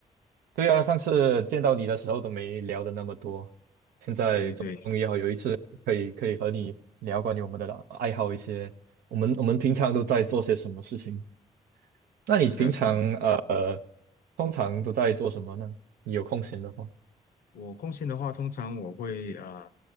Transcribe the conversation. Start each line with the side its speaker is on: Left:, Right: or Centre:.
Right: 对啊，上次见到你的时候都没聊的那么多，现在终于好有一次可以可以和你聊关于我们的爱好一些，
Left: 对对对，
Right: 我们我们平常都在做些什么事情？那你平常呃呃
Left: 是的，是的。
Right: 通常都在做什么呢？你有空闲的话，
Left: 我空闲的话，通常我会呃，